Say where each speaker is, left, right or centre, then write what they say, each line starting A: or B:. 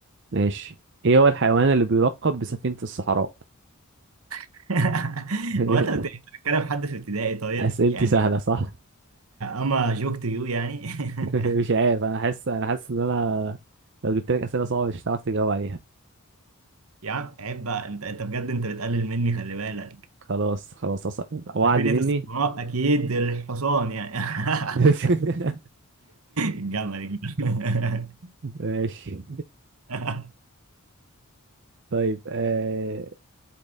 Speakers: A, on the right; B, on the right.
A: ماشي ايه هو الحيوان اللي بيلقب بسفينة الصحراء
B: <laughs>
A: <laughs>
B: هو أنت بت- أنت بتتكلم حد في ابتدائي طيب
A: اسئلتي
B: يعني
A: سهله صح
B: أما جوك تو يو يعني
A: <laughs> مش عارف
B: <laughs>
A: انا حاسس انا حاسس ان انا لو جبت لك اسئله صعبه مش هتعرف تجاوب عليها
B: يا عم عيب بقى أنت أنت بجد أنت بتقلل مني خلي بالك
A: خلاص خلاص أص- وعد
B: سفينة
A: مني
B: الصحراء أكيد الحصان يعني <laughs>
A: <laughs>
B: الجمل الجمل
A: ماشي
B: <laughs>
A: طيب آه...